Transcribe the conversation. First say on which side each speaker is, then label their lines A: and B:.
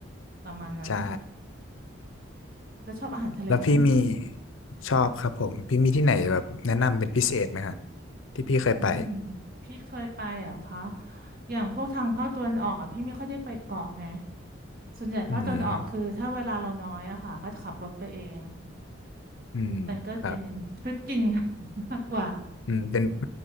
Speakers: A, on the right; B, on the left.
A: ประมาณนั้น
B: ใช่
A: แล้วชอบอาหารทะเลไหม
B: แล้วพี่มีชอบครับผมพี่มีที่ไหนแบบแนะนำเป็นพิเศษไหมฮะที่พี่เคยไป
A: อืมพี่เคยไปเหรอ่ะคะอย่างพวกทางภาคตะวันออกอ่ะพี่ไม่ค่อยได้ไปเกาะไงส่วนใหญ่ภาคตะวันออกคือถ้าเวลาเราน้อยอะค่ะก็จะขับรถไปเอง
B: อืมอืมครับ
A: มันก็เป็นทริปกิน <laughs> กันมากกว่า
B: อืมเป็น <laughs>